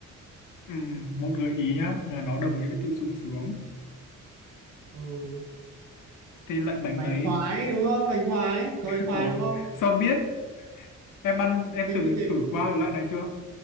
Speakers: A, on the left (about 85°); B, on the right (about 55°).
A: ừ, một gợi ý nhá là nó đồng nghĩa với từ sung sướng
B: ừ.
A: tên loại bánh
B: bánh
A: đấy
B: khoái đúng không bánh khoái có
A: <laughs>
B: bánh khoái
A: ủa
B: đúng không
A: sao biết em ăn em
B: hình
A: từng
B: như cái
A: thử qua
B: hình,
A: cái loại này chưa